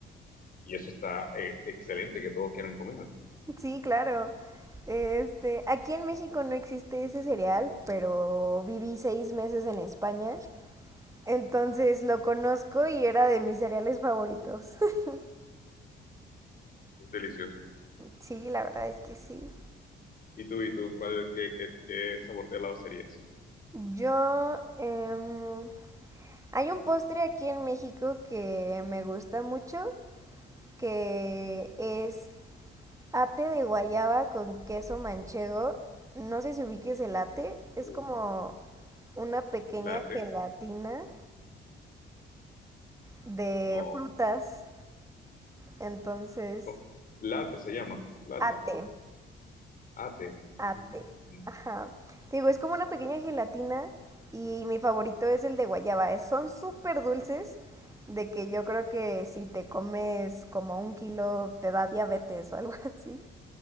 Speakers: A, on the left; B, on the right.
A: Y eso está eh, excelente, que todos quieran comer.
B: Sí, claro. Este, aquí en México no existe ese cereal, pero viví seis meses en España. Entonces lo conozco y era de mis cereales favoritos. <laughs>
A: Es delicioso.
B: Sí, la verdad es que sí.
A: ¿Y tú, y tú, cuál, qué, qué, qué sabor de helado serías?
B: Yo, em, hay un postre aquí en México que me gusta mucho, que es Ate de guayaba con queso manchego. No sé si ubiques el ate.
A: Uh,
B: Es como una pequeña
A: latte.
B: gelatina de
A: no.
B: frutas. Entonces,
A: Co- Latte se llama, Latte.
B: ate,
A: ate.
B: ate.
A: Mm. Mm.
B: Ajá. Te digo, es como una pequeña gelatina y mi favorito es el de guayaba. Es- Son súper dulces de que yo creo que si te comes como un kilo te da diabetes o algo <laughs> así.